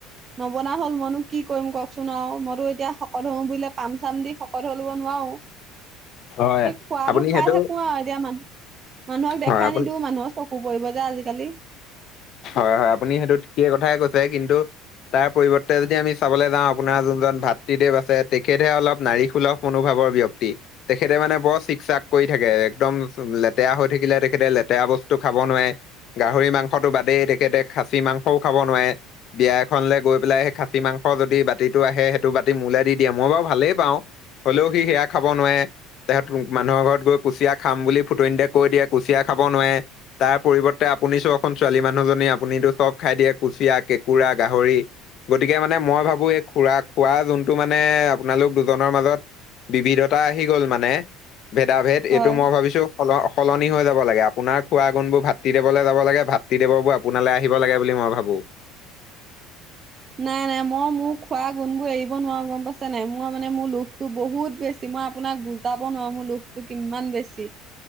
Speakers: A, on the right (about 25°); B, on the left (about 45°).
A: নবনা হ'ল মইনো কি কৰিম কওঁকচোন আউ, মইতো এতিয়া শকত হওঁ বুলিলে পাম চাম দি হকত হলো নোৱাও
B: হয়
A: এই খোৱাতটো
B: আপুনি
A: খাই
B: সেইটো
A: থাকো আও এতিয়া মা নুহক দেখাই
B: হয় আপুনি
A: নিদিওঁ, মানুহৰ চকু পৰিব যে আজিকালি।
B: হয় হয়, আপুনি সেইটো ঠিকেই কথাই কৈছে কিন্তু তাৰ পৰিৱৰ্তে যদি আমি চাবলৈ যাওঁ আপোনাৰ যোনজন ভাতৃদেৱ আছে, তেখেতহে অলপ নাৰিকসুলভ মনোভাৱৰ ব্যক্তি। তেখেতে মানে বৰ চিক চাক কৰি থাকে, একদম লেতেৰা হৈ থাকিলে তেখেতে লেতেৰা বস্তু খাব নোৱাৰে। গাহৰি মাংসটো বাদেই তেখেতে খাচী মাংসও খাব নোৱাৰে। বিয়া এখনলৈ গৈ পেলাই সেই খাচী মাংস যদি বাতিটো আহে সেইটো বাতি মোলে দি দিয়ে মই বাৰু ভালেই পাওঁ। হ'লেও সি সেয়া খাব নোৱাৱে। তেখেত মানুহৰ ঘৰত গৈ কুচিয়া খাম বুলি ফুটনিতে কৈ দিয়ে কুচিয়া খাব নোৱাৱে। তাৰ পৰিৱৰ্তে আপুনি চখন ছোৱালী মানুহজনী আপুনিতো চব খাই দিয়ে, কুচিয়া, কেঁকুৰা, গাহৰি। গতিকে মানে মই ভাবো এই খুৰা খোৱা যোনটো মানে আপোনালোক দুজনৰ মাজত বিবিধতা আহি গ'ল মানে, ভেদাভেদ।
A: হয়।
B: এইটো মই ভাবিছো সল সলনি হৈ যাব লাগে, আপোনাৰ খোৱা গুণ বোৰ ভাতৃদেৱলৈ যাব লাগে ভাত তৃদেৱৰ পৰা আপোনালৈ আহিব লাগে বুলি মই ভাবোঁ।
A: নাই নাই মই মোৰ খোৱা গুণবোৰ এৰিব নোৱাৰো গম পাইছে নাই মই মানে মোৰ লোভটো বহুত বে ছি মই আপোনাক বুজাব নোৱাৰো, মোৰ লোভটো কিমান বেছি।